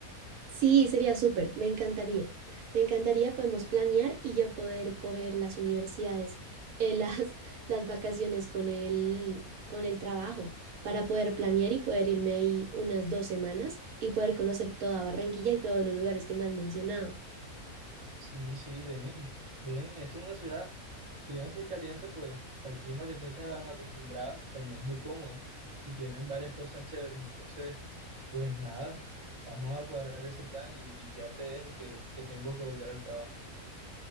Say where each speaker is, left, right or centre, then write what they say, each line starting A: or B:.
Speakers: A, on the right; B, on the right.
A: Sí, sería súper, me encantaría. Me encantaría, podemos planear y yo poder coger las universidades, eh, las, <laughs> las vacaciones con el, con el trabajo, para poder planear y poder irme ahí unas dos semanas y poder conocer toda Barranquilla y todos los lugares que me has mencionado.
B: Sí, sí, ven, ven, esto es una ciudad, si bien es muy caliente, pues para el clima que tú estás acostumbrada, también es muy cómodo y tienen varias cosas chéveres. Entonces, pues nada, vamos a cuadrar ese plan y, y ya te dejo que, que tengo que volver al trabajo.